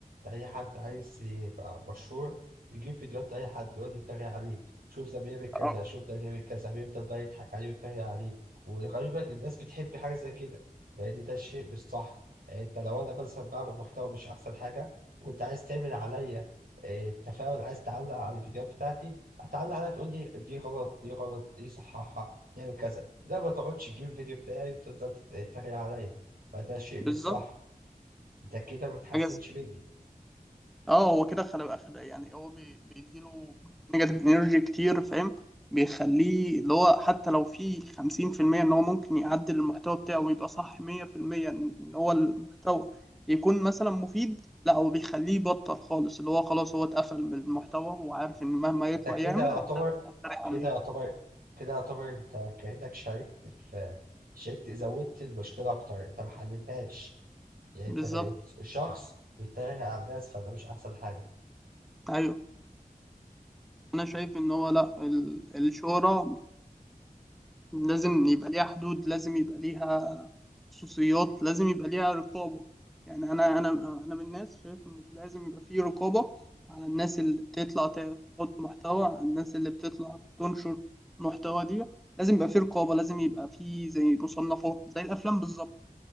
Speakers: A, on the right; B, in the centre.
A: أي حد عايز يبقى مشهور يجيب فيديوهات لأي حد ويقعد يتريق عليه شوف ده بيعمل كذا
B: آه،
A: شوف ده بيعمل كذا بيفضل بقى يضحك عليه ويتريق عليه وغالبا الناس بتحب حاجة زي كده لأن ده الشيء مش صح يعني أنت لو أنا مثلا بعمل محتوى مش أحسن حاجة وأنت عايز تعمل عليا آه، تفاعل عايز تعلق على الفيديوهات بتاعتي هتعلق عليها تقول لي دي غلط دي غلط دي صححها نعمل كذا لا ما تقعدش تجيب الفيديو بتاعي وتفضل تتريق عليا فده شيء
B: بالظبط
A: مش صح انت كده ما بتحسنش
B: حاجة
A: مني
B: اه هو كده خلي خلي- يعني هو بي- بيديله نيجاتيف انرجي كتير فاهم بيخليه اللي هو حتى لو في 50% ان هو ممكن يعدل المحتوى بتاعه ويبقى صح 100% ان هو المحتوى يكون مثلا مفيد لا هو بيخليه يبطل خالص اللي هو خلاص هو اتقفل من المحتوى وعارف ان مهما
A: انت
B: يطلع
A: كده
B: يعمل
A: يعتبر
B: هيتحرق
A: كده
B: عليه
A: يعتبر كده يعتبر انت كأنك شاركت في شاركت زودت المشكلة أكتر انت ما حلتهاش يعني
B: بالظبط
A: انت بقيت شخص بيتريق على الناس فده مش أحسن حاجة
B: ايوه انا شايف ان هو لا ال- الشهرة لازم يبقى ليها حدود لازم يبقى ليها خصوصيات لازم يبقى ليها رقابة يعني أنا أنا أنا من الناس شايف إن في- لازم يبقى في رقابة على الناس اللي بتطلع تحط محتوى على الناس اللي بتطلع تنشر محتوى دي لازم يبقى في رقابة لازم يبقى في زي مصنفات زي الأفلام بالظبط